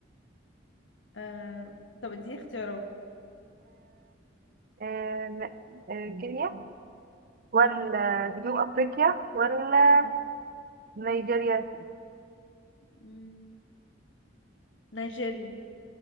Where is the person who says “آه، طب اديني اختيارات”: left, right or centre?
Left